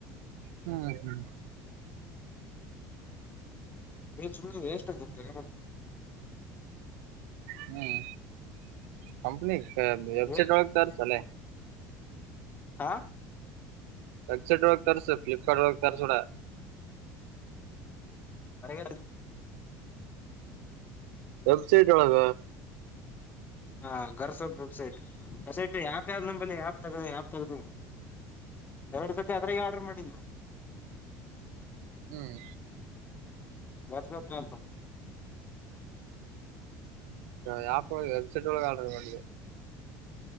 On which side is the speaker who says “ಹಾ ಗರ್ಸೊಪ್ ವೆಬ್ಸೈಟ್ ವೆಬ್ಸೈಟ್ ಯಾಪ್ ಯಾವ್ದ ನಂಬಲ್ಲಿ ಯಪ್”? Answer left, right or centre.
Left